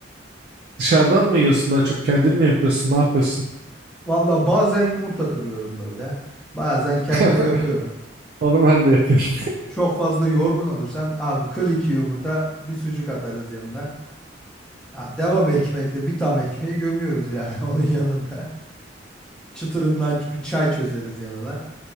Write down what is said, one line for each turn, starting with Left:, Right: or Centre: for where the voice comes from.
Right: Dışarıdan mı yiyorsun daha çok? Kendin mi yapıyorsun? Ne yapıyorsun?
Centre: Valla bazen yumurta kırıyorum böyle. Bazen kendim
Right: <laughs>
Centre: yapıyorum.
Right: Onu ben de yapıyorum.
Centre: Çok fazla yorgun olursam abi kır iki yumurta bir sucuk atarız yanına. Ya devam ekmekle bir tam ekmeği gömüyoruz yani <laughs> onun yanında. çıtırından bir çay çözeriz yanına.